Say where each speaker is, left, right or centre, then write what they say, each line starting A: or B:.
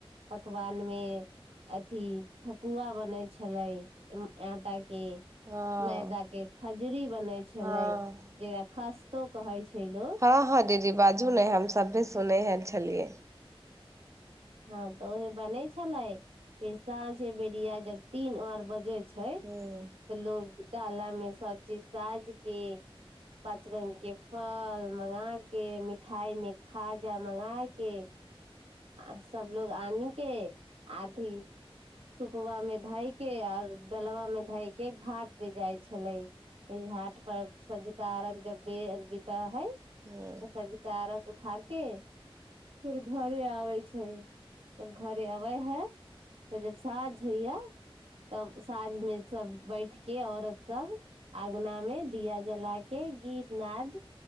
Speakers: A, on the right (about 80°); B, on the right (about 30°).
A: पकवान मे अथी ठकुआ बनैत छलै आटाे के
B: हँ
A: मैदा के खजरी बनय छले
B: हँ
A: जेकरा खस तो कहै छै लोग
B: हँ हँ दीदी बाजू न हम सभे सुनै ह छलियै
A: हँ तऽ ओहे बनेै छले फेर साँझ बेरिया जब तीन आर बजे छै
B: ह
A: तऽ लोग डाला मे सब चीज साजके पाँच रंगग के फल मगा के मिठाई मे खाजा मंगा के आ सब लोग आनि के आथी सुपबा मे धए के आओर डलबा में धय के घाट पे जाय छले घाट पर सँंझुकार अर्घ जब बेर बीत हे तऽसझकारघ
B: ह
A: हाके फेर घरे आबै छै जब घरे अबै है तऽ जब साँझ होइया तब साँझमे सब बैठके औरत सब अङगना मे दिया जलाके गीत नद